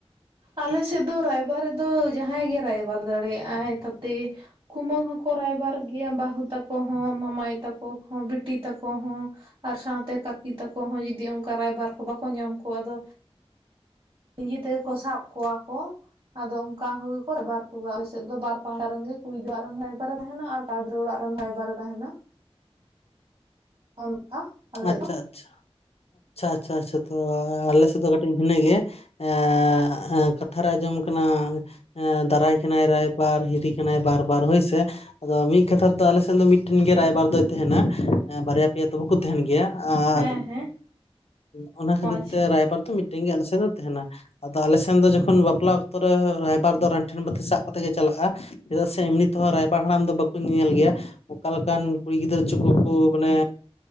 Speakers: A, on the right; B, on the left.
A: ᱟᱞᱮ ᱥᱮᱫ ᱫᱚ ᱨᱟᱭᱵᱟᱨ ᱨᱤᱫ ᱫᱚ ᱡᱟᱸᱦᱟᱭ ᱜᱮ ᱨᱟᱭᱵᱟᱨ ᱫᱟᱲᱮᱭᱟᱜᱟᱭ ᱛᱟᱛᱮ ᱠᱩᱢᱟᱹᱝ ᱦᱚᱸᱠᱚ ᱨᱟᱭᱵᱟᱨ ᱜᱮᱭᱟ ᱵᱟᱹᱦᱩ ᱛᱟᱠᱚ ᱦᱚᱸ ᱢᱟᱢᱟ ᱟᱭᱳ ᱛᱟᱠᱚ ᱦᱚᱸ ᱵᱤᱴᱤ ᱛᱟᱠᱚ ᱦᱚᱸ᱾ ᱟᱨ ᱥᱟᱶᱛᱮ ᱠᱟᱠᱤ ᱛᱟᱠᱚ ᱦᱚᱸ ᱡᱩᱫᱤ ᱚᱱᱠᱟ ᱨᱟᱭᱵᱟᱨ ᱠᱚ ᱵᱟᱠᱚ ᱧᱟᱢ ᱠᱚᱣᱟ ᱟᱫᱚ ᱱᱸᱤᱡᱮ ᱛᱮᱜᱮ ᱠᱚ ᱥᱟᱵ ᱠᱚᱣᱟ ᱠᱚ ᱟᱫᱚ ᱚᱱᱠᱟ ᱦᱩ ᱠᱚᱨ ᱠᱚ ᱵᱟᱨ ᱠᱚ ᱟᱞᱮ ᱥᱮᱫ ᱫᱚ ᱵᱟᱨ ᱯᱟᱦᱟ ᱨᱮᱱ ᱜᱮ ᱠᱩᱲᱤ ᱫᱚ ᱟᱨ ᱨᱮᱱ ᱮᱵᱟᱨᱮ ᱛᱟᱦᱮᱱᱟ ᱟᱨ ᱠᱚᱲᱟ ᱜᱤᱫᱽᱨᱟᱹ ᱚᱲᱟᱜ ᱨᱮᱱ ᱨᱟᱭᱵᱟᱨᱮ ᱛᱟᱦᱮᱱᱟ ᱚᱱᱠᱟ ᱟᱞᱮ ᱥᱮ
B: ᱟᱪᱪᱷᱟ
A: ᱫᱚ
B: ᱟᱪᱪᱷᱟ ᱟᱪᱪᱷᱟ ᱪᱷᱟ ᱛᱚ ᱟᱞᱮ ᱥᱮᱫ ᱫᱚ ᱠᱟᱹᱴᱤᱡ ᱵᱷᱤᱱᱟᱹ ᱜᱮᱭᱟ ᱮᱸ ᱠᱟᱛᱷᱟ ᱨᱮ ᱟᱸᱡᱚᱢ ᱠᱟᱱᱟ ᱫᱟᱨᱟᱭ ᱠᱟᱱᱟᱭ ᱨᱟᱭ ᱵᱟᱨ ᱦᱤᱨᱤ ᱠᱟᱱᱟᱭ ᱵᱟᱨ ᱵᱟᱨ ᱦᱳᱭ ᱥᱮ ᱟᱫᱚ ᱢᱤᱫ ᱠᱟᱛᱷᱟ ᱛᱮᱫᱚ ᱟᱞᱮᱥᱮᱫ ᱫᱚ ᱢᱤᱫᱴᱮᱱ ᱜᱮ ᱨᱟᱭᱵᱟᱨ ᱫᱚᱭ ᱛᱟᱦᱮᱱᱟ ᱵᱟᱨᱭᱟ ᱯᱮᱭᱟ ᱫᱚ ᱵᱟᱠᱚ ᱛᱟᱦᱮᱱ ᱜᱮᱭᱟ ᱟᱨ
A: ᱦᱮᱸ ᱦᱮᱸ
B: ᱚᱱᱟ ᱠᱷᱟᱹᱛᱤᱨ
A: ᱚ ᱟᱪᱪᱷᱟ
B: ᱛᱮ ᱨᱟᱭᱵᱟᱨ ᱫᱚ ᱢᱤᱫ ᱴᱤ ᱜᱮ ᱟᱞᱮᱥᱮᱫ ᱫᱚ ᱛᱟᱦᱮᱸᱱᱟ ᱟᱫᱚ ᱟᱞᱮᱥᱱ ᱫᱚ ᱡᱚᱠᱷᱚᱱ ᱵᱟᱯᱞᱟᱜ ᱚᱠᱛᱚ ᱨᱮ ᱨᱟᱭᱵᱟᱨ ᱫᱚ ᱨᱮᱱ ᱴᱷᱮᱱ ᱵᱛᱤ ᱥᱟᱵ ᱠᱟᱛᱮᱫ ᱜᱮ ᱪᱟᱞᱟᱜ-ᱟ ᱪᱮᱫᱟᱜ ᱥᱮ ᱮᱢᱱᱤ ᱛᱮᱦᱚᱸ ᱨᱟᱭᱵᱟᱨ ᱦᱟᱲᱟᱢ ᱫᱚ ᱵᱟᱠᱚ ᱧᱮᱞ ᱜᱮᱭᱟ ᱚᱠᱟᱞᱮᱠᱟᱱ ᱠᱩᱲᱤ ᱜᱤᱫᱽᱨᱟᱹ ᱪᱚᱠᱩ ᱠᱚ ᱢᱟᱱᱮ